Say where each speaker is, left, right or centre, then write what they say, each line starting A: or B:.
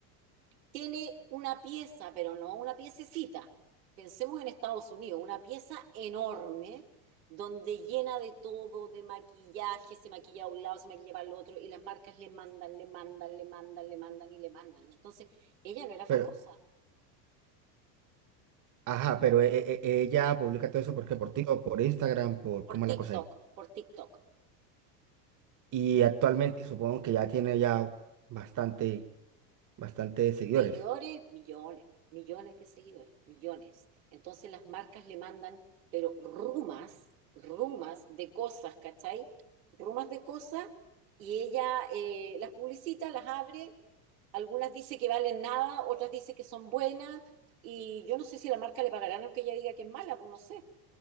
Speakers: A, on the right (about 85°); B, on the right (about 35°).
A: tiene una pieza, pero no una piececita. Pensemos en Estados Unidos, una pieza enorme donde llena de todo, de maquillaje, se maquilla a un lado, se maquilla para el otro, y las marcas le mandan, le mandan, le mandan, le mandan y le mandan. Entonces, ella no era famosa
B: Pero, Ajá, pero e- e- e- ella publica todo eso porque por TikTok, por Instagram, por
A: por
B: cómo
A: TikTok,
B: es la cosa ahí.
A: por TikTok.
B: Y actualmente supongo que ya tiene ya bastante, bastante seguidores.
A: Seguidores, millones, millones de seguidores, millones. Entonces las marcas le mandan, pero rumas, rumas de cosas, ¿cachai? Rumas de cosas y ella eh, las publicita, las abre, algunas dice que valen nada, otras dice que son buenas y yo no sé si la marca le pagarán aunque ella diga que es mala, pues no sé.